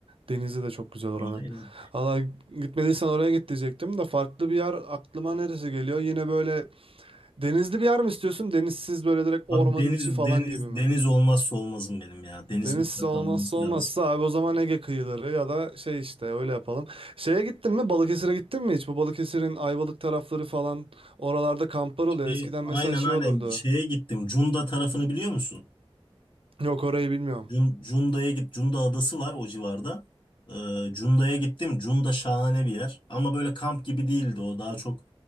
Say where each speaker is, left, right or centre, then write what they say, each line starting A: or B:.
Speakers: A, on the right; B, on the left.
A: Denizi de çok güzel oranın.
B: Aynen.
A: Valla gitmediysen oraya git diyecektim de farklı bir yer aklıma neresi geliyor? Yine böyle denizli bir yer mi istiyorsun? Denizsiz böyle direkt ormanın
B: Abi deniz
A: içi falan
B: deniz
A: gibi mi?
B: deniz olmazsa olmazım benim ya. Deniz
A: Deniz
B: mutlaka
A: olmazsa
B: olması
A: olmazsa
B: lazım.
A: abi o zaman Ege kıyıları ya da şey işte öyle yapalım. Şeye gittin mi? Balıkesir'e gittin mi hiç? Bu Balıkesir'in Ayvalık tarafları falan oralarda kamplar oluyor.
B: Şey,
A: Eskiden
B: aynen
A: mesela şey
B: aynen
A: olurdu.
B: şeye gittim. Cunda tarafını biliyor musun?
A: Yok orayı bilmiyorum.
B: Cun- Cunda'ya git. Cunda adası var o civarda. Ee, Cunda'ya gittim. Cunda şahane bir yer. Ama böyle kamp gibi değildi o. Daha çok